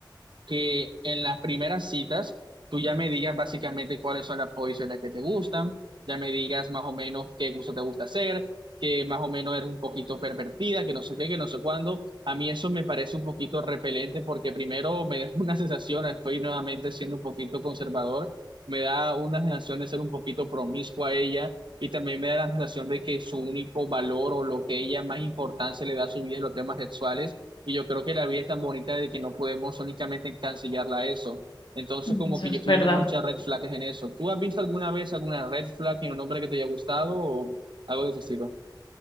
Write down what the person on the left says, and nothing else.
Mm,
Eso
es
verdad.